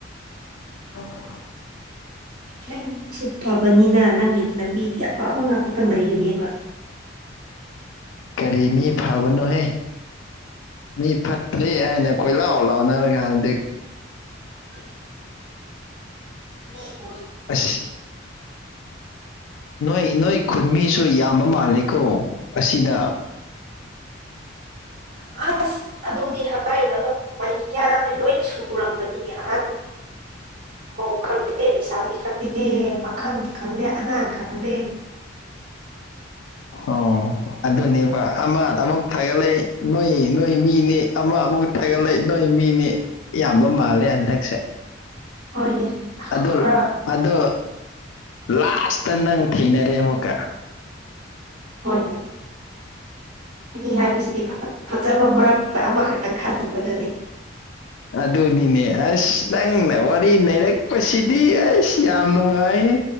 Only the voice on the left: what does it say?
ꯍꯥ
ꯀꯔꯤ ꯃꯤ ꯐꯥꯕꯅꯣꯍꯦ ꯃꯤ ꯐꯠꯇ꯭ꯔꯦ ꯍꯥꯏꯅ ꯀꯣꯏ ꯂꯥꯎ ꯂꯥꯎꯅꯔꯒ ꯍꯧꯖꯤꯛ
ꯑꯁ ꯅꯣꯏ ꯅꯣꯏ ꯈꯨꯟꯃꯤꯁꯨ ꯌꯥꯝꯕ ꯃꯥꯜꯂꯤꯀꯣ ꯑꯁꯤꯗ
ꯑꯣ ꯑꯗꯨꯅꯦꯕ ꯑꯃ ꯑꯃꯨꯛ ꯊꯥꯒꯠꯂꯛꯏ ꯅꯣꯏ ꯅꯣꯏ ꯃꯤꯅꯦ ꯑꯃ ꯑꯃꯨꯛ ꯐꯒꯠꯂꯛꯏ ꯅꯣꯏ ꯃꯤꯅꯤ ꯏꯕ ꯃꯥꯜꯂꯦ ꯍꯟꯗꯛꯁꯦ
ꯑꯗꯣ ꯑꯗꯣ ꯂꯥꯁꯇ ꯅꯪ ꯊꯦꯡꯅꯔꯦ ꯑꯃꯨꯛꯀ
ꯑꯗꯨꯅꯤꯅꯦ ꯑꯁ ꯅꯪꯅ ꯋꯥꯔꯤ ꯅꯔꯛꯄꯁꯤꯗꯤ ꯑꯁ ꯌꯥꯝ ꯅꯨꯡꯉꯥꯏ